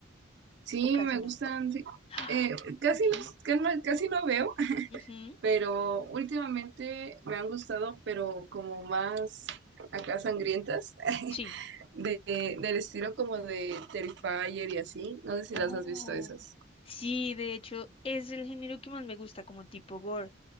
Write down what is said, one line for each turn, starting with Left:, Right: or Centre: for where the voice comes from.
Right: Sí,
Left: o casi
Right: me
Left: no?
Right: gustan,
Left: <gasps>
Right: sí.
Left: Ah,
Right: Eh, casi
Left: ok.
Right: no, ca- no- casi no veo,
Left: Ujú,
Right: pero últimamente me han gustado, pero como más acá sangrientas, <laughs>
Left: Sí.
Right: de, del estilo como de Terrifier y así. No sé si
Left: Oh,
Right: las has visto esas.
Left: Sí, de hecho, es el género que más me gusta, como tipo gore,